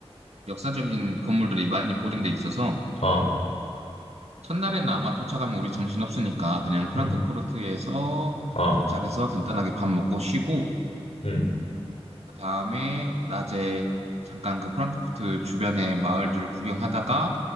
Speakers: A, on the right (about 80°); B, on the left (about 85°).
A: 역사적인 건물들이 많이 보존돼 있어서
B: 어,
A: 첫날에는 아마 도착하면 우리 정신없으니까 그냥 프랑크푸르트에서
B: 음, 어,
A: 도착해서 간단하게 밥 먹고 쉬고
B: 음,
A: 그 다음에 낮에 잠깐 그 프랑크푸르트 주변의 마을들을 구경하다가